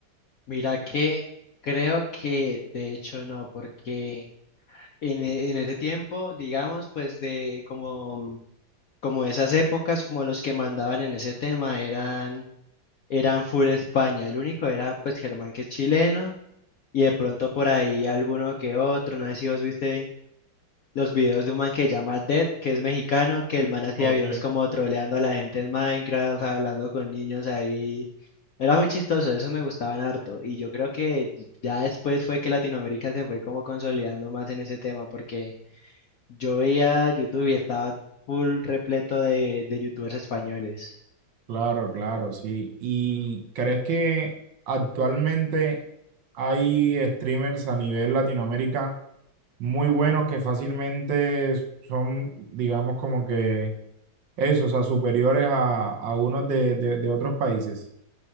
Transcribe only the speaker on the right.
Ok,
claro, claro, sí. ¿Y crees que actualmente hay streamers a nivel Latinoamérica muy buenos que fácilmente son, digamos, como que eso, o sea, superiores a, a unos de, de, de otros países?